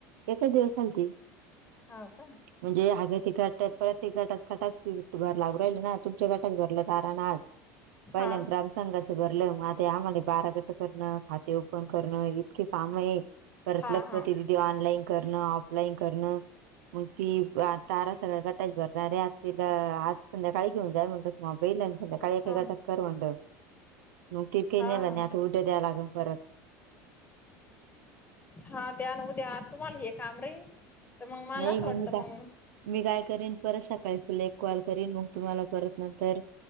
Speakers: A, on the right; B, on the left.
A: एक दिवस आल ते
B: हाव का
A: म्हणजे आग ती घ टक प्रत्येक गटास <unintelligible> भर लागू राहिल ना तुमच्या गटात भरलं दार आण पहिल्या
B: हा
A: ग्राम संगाचं भरलं मग ते आम्हाला बारा गट करणं खाते ओपन करणं हे इतके काम आहेत. परत
B: हा
A: लगप
B: हा
A: ती ते ऑनलाईन करणं ऑफलाईन करणं मग ती तारा सगळ्या गटाचे भरणारे तला आज संध्याकाळी घेऊन जाय म्हणतो. मग बघितलं आणि संध्याकाळी एका
B: हा
A: गटाचं कर म्हणलं. नव्हतं केलं
B: हा हा
A: आणि आता उद्या द्याय लागन परत
B: हां द्या ना उद्या तुम्हाला हे काम राहीन. तर मग मला
A: नाही
B: असं
A: <unintelligible>
B: वाटतं
A: का?
B: मग
A: मी काय करीन परत सकाळीच तुला एक कॉल करीन मग तू मला परतन कर.